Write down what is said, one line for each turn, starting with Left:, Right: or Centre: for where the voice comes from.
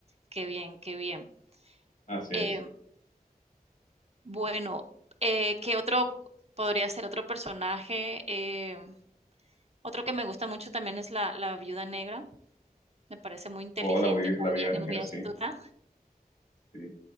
Right: Qué bien, qué bien.
Left: así
Right: Em,
Left: es.
Right: bueno, eh, ¿qué otro podría ser otro personaje? Em, otro que me gusta mucho también es la, la Viuda Negra. Me parece muy inteligente
Left: O la, vi-
Right: también
Left: la vida negra,
Right: y muy astuta.
Left: sí. sí.